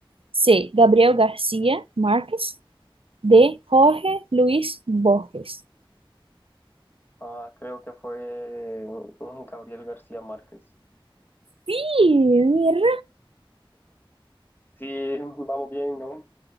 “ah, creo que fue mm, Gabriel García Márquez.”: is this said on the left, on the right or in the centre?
Left